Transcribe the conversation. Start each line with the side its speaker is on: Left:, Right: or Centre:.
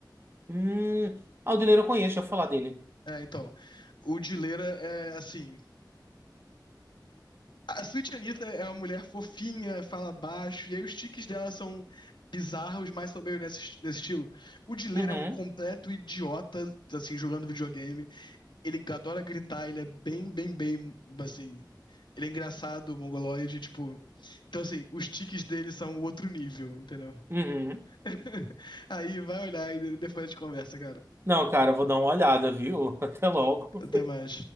Right: Hum, Aldileiro eu conheço, deixa eu falar dele.
Left: É, então. O Dileira é assim. A Sweet Anita é uma mulher fofinha, fala baixo, e aí os tiques dela são bizarros, mas são meio nesse, nesse estilo. O Dileira
Right: Uhum,
Left: é um completo idiota, assim, jogando videogame. Ele adora gritar, ele é bem, bem, bem, assim, ele é engraçado, mongoloide, tipo. Então, assim, os tiques dele são outro nível, entendeu?
Right: uhum.
Left: <laughs> Aí vai olhar e depois a gente conversa, cara.
Right: Não, cara, eu vou dar uma olhada, viu? <laughs> Até logo.
Left: Até mais.